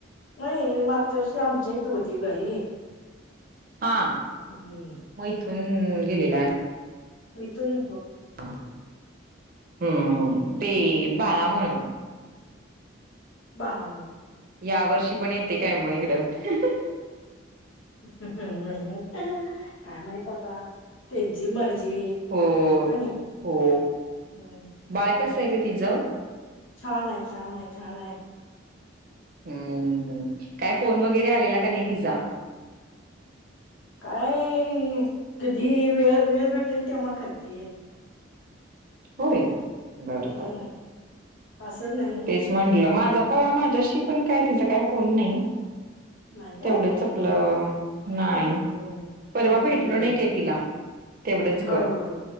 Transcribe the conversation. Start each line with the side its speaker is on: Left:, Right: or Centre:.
Left: नाही मागच्या वर्षी आमच्या इ त होती घरी. <inaudible>
Right: हा
Left: हम्म
Right: मग इथून गेलेला आहे.
Left: वितुल.
Right: हा हम्म
Left: बाम
Right: ते बाळामुळं.
Left: बळा मुळ
Right: या वर्षी पण एक. ते काय मग इकडं ह ह ह.
Left: हा हा हा अ अ काय माहित आता. त्यांची मर ज
Right: हो
Left: होणे
Right: हो
Left: हम.
Right: बाळ कसं आहे ग तिज
Left: छान आहे. छान आहे. छान आहे.
Right: हम्म. काय फोन वगैरे आलेला का नाही तिझा.
Left: काय कधी वेळ वेळ भेटेल तेव्हा करते. तेी <unintelligible>
Right: होय. बर
Left: हम्म
Right: बर
Left: असं नाही
Right: तेच म्हटलं. माझा प माझ्याशी पण काय तिचा काय फोन नाही.
Left: नाही काय
Right: तेवढच
Left: हम्म
Right: आपलं नाही,
Left: हम्म
Right: परवा
Left: हम्म
Right: भेटलो नाही, काय तिला तेवढंच
Left: होय
Right: ग.
Left: होय